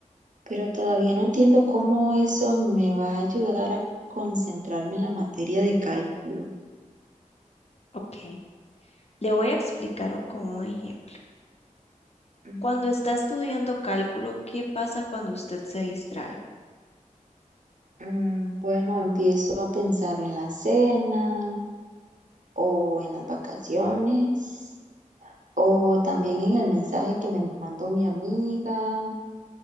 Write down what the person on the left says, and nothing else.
¿ok? Le voy a explicar con un ejemplo.
Cuando está estudiando cálculo, ¿qué pasa cuando usted se distrae?